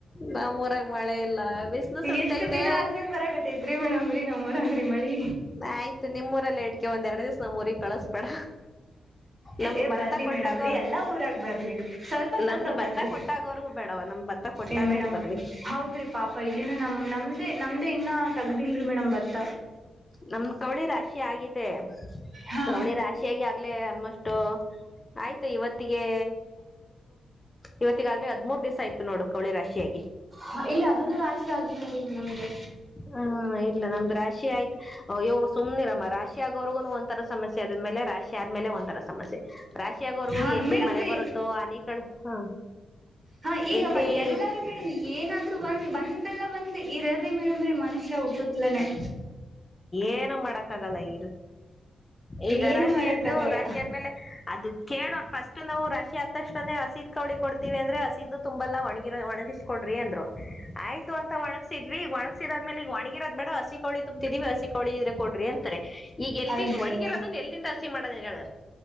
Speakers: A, on the left; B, on the right.
A: ನಮ್ಮೂರಾಗ ಮಳೆ ಇಲ್ಲ ಬಿಸ್ಲು ಸುಡ್ತೈತೆ
B: ಎಷ್ಟು ದಿನ ಆದ್ಮೇಲೆ ಬರಕತೈತಿ. ಆಗ್ತಾಯಿತ್ರಿ ಮೇಡಮ್ ರೀ ನಮ್ಮ್ಊರಗ್ರರಿ ಮಳಿ.
A: ಆಯ್ತು ನಿಮ್ಮೂರಲ್ಲೇ ಇಡ್ಕ ಒಂದ ಎರಡ್ ದಿವ್ಸ ನಮ್ಮೂರ್ ಗೆ ಕಳಸ್ಬೇಡ. ನಮ್ಮ
B: ಏ
A: ಭತ್ತ
B: ಬರ್ಲಿ
A: ಕೊಟ್ಟಾಗವರ್ಗು
B: ಮೇಡಮ್ ರೀ ಎಲ್ಲಾ ಊರಾಗ ಬರ್ಲಿ ರೀ ಸ್ವಲ್ಪ ಸ್ವಲ್ಪ
A: ನಮ್ದು ಭತ್ತ
B: ಬರ್ಲಿ
A: ಕೊಟ್ಟಾಗವರ್ಗೂ ಬೇಡವ ನಮ್ಮ ಭತ್ತ. ಕೊಟ್ಟಾದ್ಮೇಲೆ
B: ಏ ಮೇಡಮ್
A: ಬರ್ಲಿ.
B: ಹೌದ್ರಿ ಪಾಪ ಇಲ್ಲಿನ ನಮ ನಮ್ದೇ ನಮ್ದೇ ಇನ್ನ ತಗ್ದಿಲ್ರರಿ ಮೇಡಮ್ ಭತ್ತ.
A: ನಮ ಕವಳಿ ರಾಶಿ ಆಗಿದೆ
B: ಹಾ
A: ಕವಳಿ ರಾಶಿ. ಗ ಆಗ್ಲೇ ಆಲ್ಮೋಸ್ಟ್ ಆಯ್ತು ಇವತ್ತಿಗೆ ಇವತ್ತೀಗಾಗ್ಲೇ ಹದ್್ಮೂರ್ ದಿವಸ ಆಯ್ತು ನೋಡು ಕೌಳಿ ರಾಶಿಯಾಗಿ
B: ಹ ಇಲ್ಲ ಅದನ್ನು ರಾಶಿ ಆಗಿಲ್ಲ ರನ್ ನಮ್ಗೆ
A: ಹ್ಮ ಇಲ್ಲ ನಮ್ದು ರಾಶಿ ಆಯ್ತು ಯ ಸುಮ್ನೆಿರಮ್ಮ ರಾಶಿ ರಾಶಿ ಆಗೋರ್ಗೂ ಒಂಥರ ಸಮಸ್ಯೆ ಆದ್ಮೇಲೆ ರಾಶಿ ಆದ್ಮೇಲೆ ಒಂಂತರ ಸಮಸ್ಯೆ ರಾಶಿಯ ಆಗವರೆಗೂ
B: ಹಾ
A: ಎಲ್ಲಿ
B: ಮೇಡಮ್
A: ಮಳೆ
B: ರೀ
A: ಬರುತ್ತೋ ಅನಿ ಕ ಹ
B: ಹಾ ಈಗವ
A: ಎಲ್ಲಿ-
B: ಎಲ್ಲಾರೂ ಮೇಡಮ್ ಏನಾದ್ರು ಒಂದ್ ಬಂದಲ್ಲ ಒಂದ್ ಇರದೆೇ ಮೇಡಮ್ರೀ ಮನುಷ್ಯ ಹುಟ್ಟುತ್ಲಾನನೆ-
A: ಏನ ಮಾಡಕ್ಕ ಆಗಲ್ಲ ಈರ್- ಈಗ
B: ಏನು
A: ರಾಶಿ
B: ಮಾಡಕ್
A: ಆಯ್ತು
B: ಆಗಲ್ಲ
A: ರಾಶಿ ಆದಂದ್ಮೇಲೆ ಅದು. ಕೇಳೋ್ರ ಫಸ್ಟ್ ನಾವು ರಾಶಿ ಆದತ್ತಕ್ಷಣನೇ ಹಸಿದ್ ಕೌಡಿ ಕೊಡ್ತಿೀವಿ ಅಂದ್ರೆ ಹಸಿದು ತುಂಬೆಲ್ಲ ಒಣಗಿ ಒಣಗಿಸ್ ಕೊಡ್ರಿ ಅಂದ್ರು. ಆಯ್ತು ಅಂತ ಒಣಗ್ಸಿದ್ವಿ ಒಣಗಸಿದಾದ್ಮೇಲೆಗ್ ಒಣಗಿರದ್ ಬೇಡ ಹಸಿ ಕೋಳ. ತುಂಬತಿದೀವಿ ಹಸಿ ಕೊಡಿ ಇದ್ರೆ ಕೊಡ್ರಿ ಅಂತಾರೆ ಈಗ ಎಲ್ಲಿ
B: ಅಯ್ಯೋ
A: ಒಣಗಿರೋದನ್ನ ಎಲ್ಲಿಂದ ಹಸಿ ಮಾಡೋದೇ ಹೇಳು.